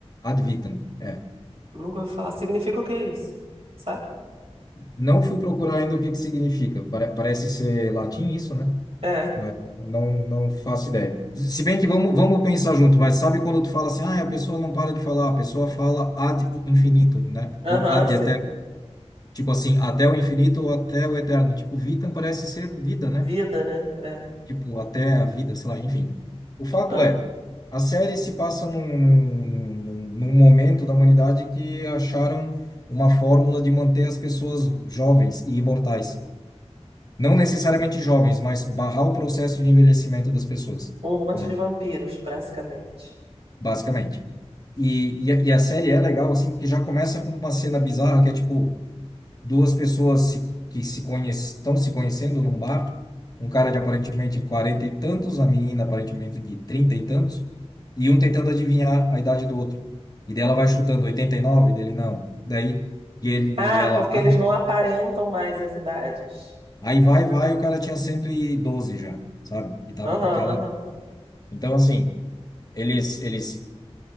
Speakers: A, on the left; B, on the right.
A: Ad Vitam. é.
B: Nunca ouvi falar. Significa o que é isso? Sabe?
A: Não fui procurar ainda o que que significa. Pare- Parece ser latim isso, né?
B: É.
A: Mas não, não faço ideia. Se bem que vamos, vamos pensar junto, mas sabe quando tu fala assim, ah, a pessoa não para de falar, a pessoa fala ad infinitum, né?
B: Aham,
A: Ou ad
B: sim.
A: eterno. Tipo assim, até o infinito ou até o eterno. Tipo, vitam parece ser vida, né?
B: Vida, né? É.
A: tipo, até a vida, sei lá, enfim. O fato
B: Ah.
A: é, a série se passa num, num, num momento da humanidade que acharam uma fórmula de manter as pessoas jovens e imortais. Não necessariamente jovens, mas barrar o processo de envelhecimento das pessoas,
B: Um monte
A: né?
B: de vampiros, basicamente.
A: Basicamente. E, e, a, e a série é legal, assim, porque já começa com uma cena bizarra que é tipo. duas pessoas se, que se conhec estão se conhecendo num bar, um cara de aparentemente 40 e tantos, a menina aparentemente de 30 e tantos, e um tentando adivinhar a idade do outro. E dela vai chutando 89, dele não. Daí, e ele
B: Ah,
A: e ela,
B: porque
A: ah,
B: eles não aparentam mais as idades.
A: aí vai, vai, o cara tinha 112 já, sabe? E tava
B: Aham,
A: com aquela.
B: aham.
A: Então, assim, eles eles